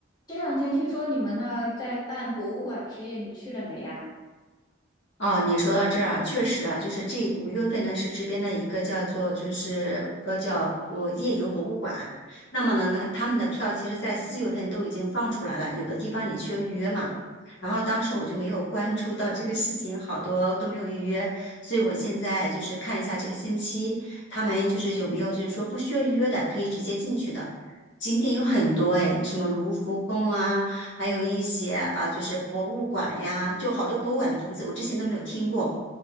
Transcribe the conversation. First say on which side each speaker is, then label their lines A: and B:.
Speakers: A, on the left (about 20°); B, on the left (about 60°).
A: 这两天听说你们那儿在办博物馆之夜，你去了没呀？
B: 哦，你说到这儿啊，确实啊，就是这五月份呢是这边的一个叫做就是呃叫我夜游博物馆，那么呢，那他们的票其实在四月份都已经放出来了，有的地方你需要预约嘛。然后当时我就没有关注到这个事情，好多都没有预约，所以我现在就是看一下这个星期他们就是有没有就是说不需要预约的，可以直接进去的景点有很多诶，什么卢浮宫啊。还有一些啊，就是博物馆呀，就好多博物馆的名字我之前都没有听过，